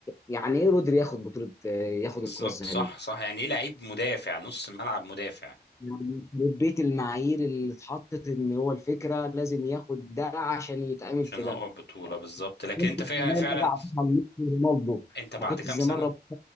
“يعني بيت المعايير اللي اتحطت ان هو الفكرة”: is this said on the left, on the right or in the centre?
Left